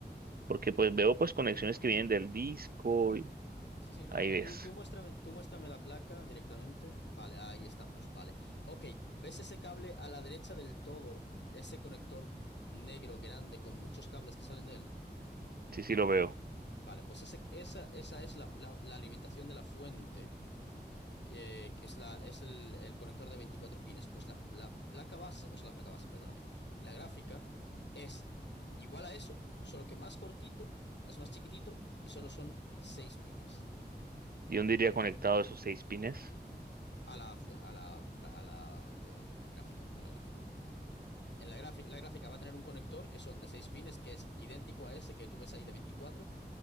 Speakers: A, on the right; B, on the left.
A: Porque pues veo pues conexiones que vienen del disco y
B: Sí, sí, no,
A: ahí
B: no.
A: ves.
B: Tú, tú muéstrame, tú muéstrame la placa directamente. Vale, ahí estamos, vale. Ok, ¿ves ese cable a la derecha del todo? Ese conector negro grande con muchos cables que salen de él.
A: Sí, sí lo veo.
B: Vale, pues ese- esa, esa es la, la- la alimentación de la fuente, eh, que es, la, es el, el conector de 24 pines. Pues la, la placa base, o sea, la placa base, perdóname. La gráfica es igual a eso, solo que más cortito, es más chiquitito y solo son 6 pines.
A: ¿Y dónde iría conectado esos seis pines?
B: a la, fu- a la, pla- a la, eh, gráfica, a la gráfica. En la gráfica, la gráfica va a tener un conector que son de 6 pines, que es idéntico a ese que tú ves ahí de veinticuatro